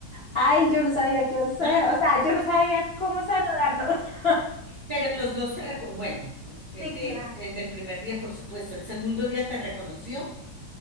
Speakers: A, on the left (about 50°); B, on the right (about 35°).
A: Ay, yo no sabía qué hacer,
B: Ah,
A: o sea, yo no sabía cómo saludarlo. <laughs>
B: pero los dos te reco- bueno, el
A: Sí,
B: de,
A: claro.
B: el del primer día, por supuesto. El segundo día te reconoció.